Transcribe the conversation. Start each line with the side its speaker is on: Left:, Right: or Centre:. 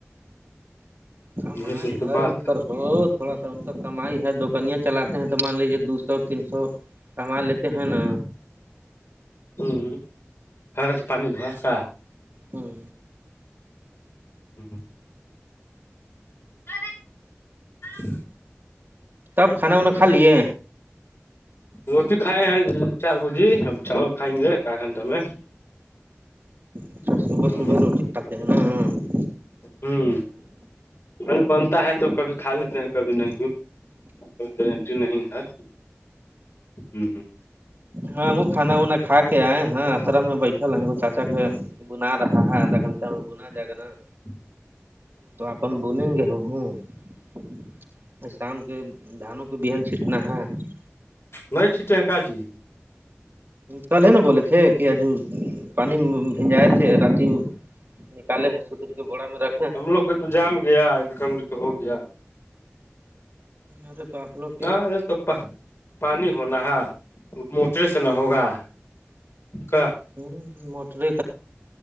Right: کمائی
Left: یہ سب تو
Right: ہے
Left: بات
Right: ان پرر وہ تھوڑا سا ان کا کمائی ہے دوکنیاں چلاتے ہیں تو مان لیجیے دو سو تین سو کما لیتے ہیں نا
Left: ہوں خرق پانی بھرس <unintelligible>
Right: ہوں
Left: ہوں ہوں <unintelligible> س ہاں <unintelligible>
Right: تب کھانا وا کھا لیے
Left: روٹی کھائے ہیں چار بو جی ہم چاول کھائیں گے آھ گھنٹہ میں
Right: اچھا صبح
Left: ہ
Right: صبح روٹٹھاک ہے نا ہ <unintelligible>
Left: ہوں الے بنتا ہے تو کبھی کھا لیتے ہیں کبھی نہیں بھی کوئی گارنٹی نہیں ہے ہ
Right: ہاں وہ کھانا وناا کھا کے آئے ہیں آسرا میں بیٹھل ہے وہ چاچا کے بنا رہا ہے دن بنا جائے گا نا <unintelligible>
Left: ج <unintelligible>
Right: توپن بولیں گے ہم ہوں <unintelligible> شام کے دھانوں کو بہن چھینٹنا ہے <unintelligible>
Left: نہیں چ ٹنکا جی <unintelligible>
Right: کل ہے نا بولے تھے کہ آج پانی بھیھنجائے تھے رات <unintelligible> نکالے ہیں سو طری کے بڑا میں رکھ <unintelligible>
Left: ہم لوگ کے تو جام گیا ایک کگرک ہو گیا
Right: ارے تو آپ لگ <unintelligible>
Left: ہاں ا تپا <unintelligible> پانی ہونا ہے موٹرے سے نہ ہوگا کیا
Right: ہوں موٹر